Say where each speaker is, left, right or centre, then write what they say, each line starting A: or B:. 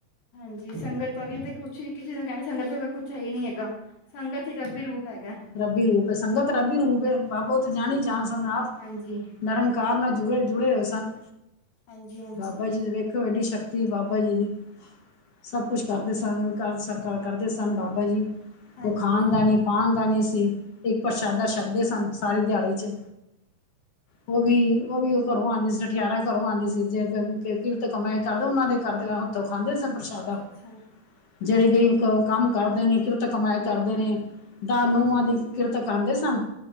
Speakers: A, on the left; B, on the left.
A: ਹਾਂਜੀ ਸੰਗਤ ਵਗ ਜਿੱਦ ਕੁਛ੍ ਕਿਸੇ ਨੂੰ ਕਹਿਣਾ ਸੰਗਤ ਕੁਛ ਹੈ ਹੀ ਨੀ ਹੈਗਾ ਸੰਗਤ ਹੀ ਰੱਬੀ ਰੂਪ ਹੈਗਾ।
B: ਰੱਬੀ ਰੂਪ ਏ। ਸੰਗਤ ਰੱਬੀ ਰੂਪ ਏ। ਬਾਾਬਾ ਉਹ ਤਾਂ ਜਾਣੀ-ਜਾਣ ਸਣ ਆਪ।
A: ਹਾਂਜੀ।
B: ਨਿਰੰਕਾਰ ਨਾਲ ਜੁੜੇ ਜੁੜੇ ਹੋਏ ਸਨ
A: ਹਾਂਜੀ ਹਾਂਜੀ
B: ਬਾਬਾ ਜੀ ਵੇਖੇ ਹੋਏ ਐਡੀ ਸ਼ਕਤੀ ਬਾਬਾਜੀ ਦੀ ਸਭ ਕੁਛ ਕਰਦੇ ਸਨ ਆਦਰ ਸਤਿਕਾਰ ਕਰਦੇ ਸਨ ਬਾਬਾ ਜੀ।
A: ਹਾਂਜੀ
B: ਕੋਈ ਖਾਣ
A: ਹਾਂਜੀ
B: ਦਾ ਨੀ ਪਾਣ ਦਾ ਨੀ ਸੀ। ਇੱਕ ਪ੍ਰਸ਼ਾਦਾ ਛੱਕਦੇ ਸਨ ਸਾਰੀ ਦਿਹਾੜੀ ਚ ਉਹ ਵੀ ਉਹ ਵੀ ਉਹ ਕਰੋਂ ਆਂਦੀ ਸੀ। ਠਠਿਆਰਾਂ ਦੇ ਘੱਰੋ ਆਂਦੀ ਸੀ ਜੇ ਕਿਰਤ ਕਮੈ ਕਰਦੇ ਉਹਨਾਂ ਦੇ ਘਰੋ ਖਾਂਦੇ ਹੱਥੋਂ‌ ਖਾਂਦੇ ਸਨ ਪ੍ਰਸ਼ਾਦਾ।
A: ਅੱਛਾ ਅੱਛਾ
B: ਜਿਹੜੇ ਬਈ ਉਹ ਕੰਮ‌ ਕਰਦੇ ਨੇ ਕਿਰਤ ਕਮਾਾਈ ਕਰਦੇ ਨੇ ਦਾਨੂਹਾਂ
A: ਹਾਂਜੀ
B: ਦੀ ਕਿਰਤ ਕਰਦੇ ਸਨ।